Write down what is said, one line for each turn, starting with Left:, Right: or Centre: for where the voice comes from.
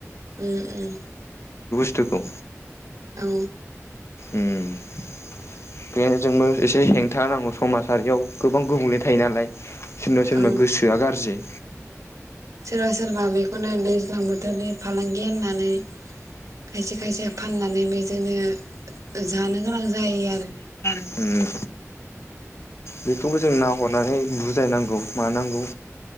Right: उम उम
Left: थुखौ
Right: औ
Left: उम बेखायनो जोंबो एसे हेंथा होनांगौ समाजारियाव गोबां गुबुंले थायो नालाय सोरनिबा सोरनिबा
Right: औ
Left: गोसोआ गारजि
Right: सोर सोरबा बेखौनो दैज्लां बोथोरनि फालांगि होननानै खायसे खायसे फाननानै बेजोंनो जानो गोनां जायो आरो
Left: उम बेखौबो जों नाहरनानै बुजायनांगौ मानांगौ